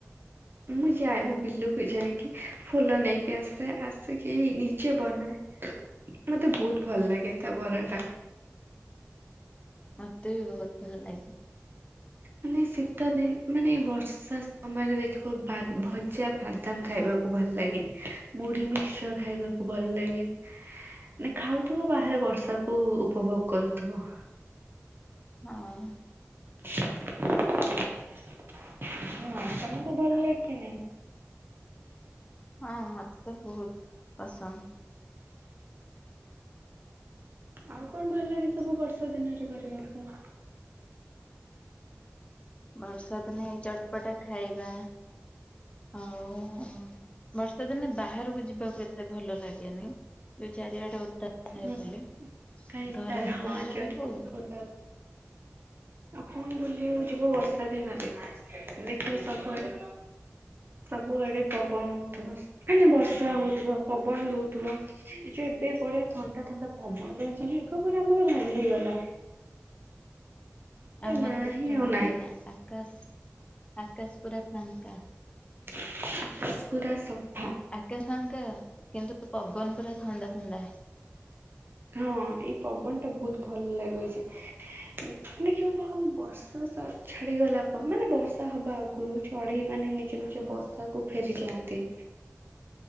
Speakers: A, on the right; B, on the left.
A: ମୁଁ ଯାଏ ମୁଁ ବିଲୁକୁ ଯାଇକି ଫୁଲ ନେଇକି ଆସେ ଆସିକି ନିଜେ ବନାଏ। ମତେ ବହୁତ ଭଲ ଲାଗେ ତା ବରା ଟା।
B: ମତେ ବି ବହୁତ ଭଲ ଲାଗେ।
A: ମାନେ ଶୀତ ଦିନ ମାନେ ବର୍ଷା ସମୟରେ ଦେଖିବ ଭା ଭଜା ଭା ଦମ୍ ଖାଇବାକୁ ଭଲ ଲାଗେ। ମୁଢି ମିକ୍ଶ୍ଚର ଖାଇବାକୁ ଭଲ ଲାଗେ। ମାନେ ଖାଉଥିବୁ ବାହାରେ ବର୍ଷା କୁ ଉପଭୋଗ କରୁଥିବ।
B: ହଁ-ଅ।
A: ହଁ, ତମକୁ ଭଲ ଲାଗେକି ନାହିଁ?
B: ହଁ, ମତେ ତ ବୋହୁତ ପସନ୍ଦ।
A: ଆଉ କଣ ଭଲ ଲାଗେ, ସବୁ ବର୍ଷା ଦିନରେ କରିବାକୁ?
B: ବର୍ଷା ଦିନେ ଏଇ ଚଟ୍ ପଟା ଖାଇବା, ଆଉ-ଉଁ ବର୍ଷା ଦିନେ ବାହାରକୁ ଯିବାକୁ ଏତେ ଭଲ ଲାଗେନି। ଯୋଉ ଚାରିଆଡେବ ଓଦା ଥାଏ
A: ନା
B: ବୋଲି।
A: କାହିଁ
B: ଘର
A: ତାର
B: ଭିତରେ
A: ହଁ ଯୋଉଠି
B: ରହିବୁ
A: ଓଦା ଆଉ ପୁଣି ବୁଲିବାକୁ ଯିବୁ ବର୍ଷା ଦିନରେ। ଦେଖିବୁ ସବୁଆଡେ ସବୁଆଡେ ପବନ ହଉଥୁବ। ମାନେ ବର୍ଷା ହଉଥୁବ, ପବନ ଦଉଥୁବ। ଏ ଯୋଉ ଏବେ ବଢିଆ ଥଣ୍ଡା ଥଣ୍ଡା ପବନ ଦଉଚି, ମେଘ ପୁରା ଆମର ଭାଙ୍ଗି ଗଲା।
B: ଆମର
A: ନାଁ
B: ବି
A: ହିଁ
B: ପୁରା
A: ଆଉ
B: ଭାଙ୍ଗିଗଲା।
A: ନାଇଁ
B: ଆକାଶ ଆକାଶ ପୁରା ଫାଙ୍କା।
A: ଆକାଶ ପୁରା ସଫ୍
B: ଆକାଶ ଫାଙ୍କା, କିନ୍ତୁ ପବନ ପୁରା ଥଣ୍ଡା ଥଣ୍ଡା।
A: ହଁ, ଏଇ ପବନ ଟା ବୋହୁତ ଭଲ ଲାଗୁଚି। ଦେଖିବ ବ ବର୍ଷା ସା ଛାଡିଗଲା, ପ ମାନେ ବର୍ଷା ହବା ଆଗୁରୁ ଚଢେଇ ମାନେ ନିଜ ନିଜ ବସା କୁ ଫେରିଯାଆନ୍ତି।